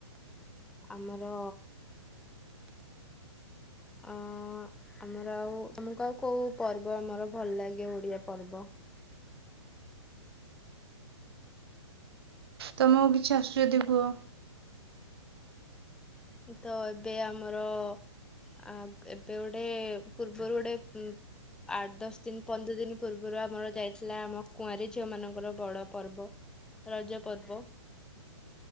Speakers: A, in the centre; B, on the right.
A: ଆମର ଅ ଆମର ଆଉ ତମକୁ ଆଉ କୋଉ ପର୍ବ ଆମର ଭଲ ଲାଗେ ଓଡିଆ ପର୍ବ?
B: ତୁମକୁ କିଛି ଆସୁଚି ଯଦି କୁହ?
A: ତ ଏବେ ଆମର ଆ ଏବେ ଗୋଟେ ପୂର୍ବରୁ ଗୋଟେ ଆଠ ଦଶ ଦିନ ପନ୍ଦର ଦିନ ପୂର୍ବରୁ ଆମର ଯାଇଥିଲା ଆମ କୁଆଁର ଝିଅ ମାନଙ୍କର ବଡ ପର୍ବ। ରଜ ପର୍ବ